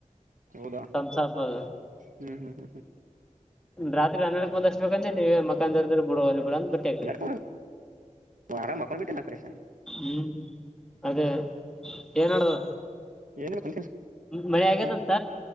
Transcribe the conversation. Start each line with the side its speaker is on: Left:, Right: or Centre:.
Right: ಹೌದಾ
Centre: ಕಸಪದು
Right: ಹ್ಮ್ ಹ್ಮ್ ಹ್ಮ್
Centre: ರತ್ ಡ ಬಂದಬೇಕ ನೀವ ಮಕ್ಕಾ ಬಿಡ ಬಿಡ ಬಿಟ್ಟ
Right: ಹ್ಮ್ ಆರಾಮ್ ಮಕೊಂಡ್ ಬಿಟ್ಟೆ ನಾ ಕರೆಷನ್
Centre: ಹ್ಮ ಅದೇ ಏನ್ಡುದು
Right: ಏನ್ ಕುಂತೀನಿ
Centre: ಮಳೆ ಆ್ಯದಂತ
Right: ಸುಮ್